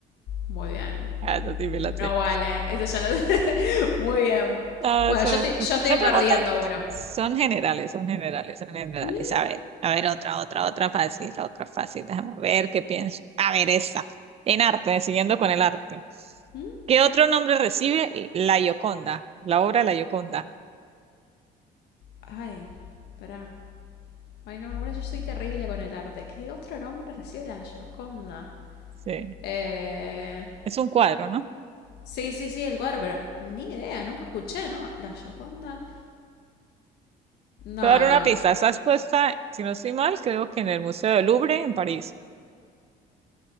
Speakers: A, on the left (about 75°); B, on the right (about 35°).
A: Muy bien.
B: Ah, esa sí me
A: No
B: la sé.
A: vale. Eso ya lo... <laughs> Muy bien.
B: Ah,
A: Bueno,
B: son,
A: yo estoy, yo
B: son
A: estoy
B: preguntas,
A: perdiendo uno.
B: son generales, son generales, son generales.
A: ¿Mm?
B: A ver, a ver, otra, otra, otra fácil, otra fácil. Déjame ver qué pienso. A ver, esta. En arte, siguiendo con el arte.
A: mm.
B: ¿Qué otro nombre recibe La Gioconda? La obra La Gioconda.
A: Ay, pará. Ay, no, ahora yo soy terrible con el arte. ¿Qué otro nombre recibe la Gioconda?
B: Sí,
A: Eh...
B: es un cuadro, ¿no?
A: Sí, sí, sí, el cuadro, pero ni idea, nunca escuché, ¿no? La Gioconda.
B: Te
A: No,
B: voy a dar
A: no.
B: una pista. Está expuesta, si no estoy mal, creo que en el Museo del Louvre, en París.